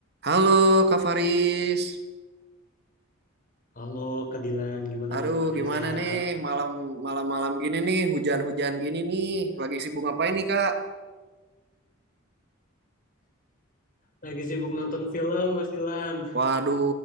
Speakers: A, on the right; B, on the left.
A: Halo Kak Faris.
B: Halo Kak Dilan, gimana
A: Aduh,
B: kabarnya?
A: gimana
B: Sehat?
A: nih malam malam malam gini nih, hujan-hujan gini nih. Lagi sibuk ngapain nih, Kak?
B: Lagi sibuk nonton film, Mas Dilan.
A: Waduh,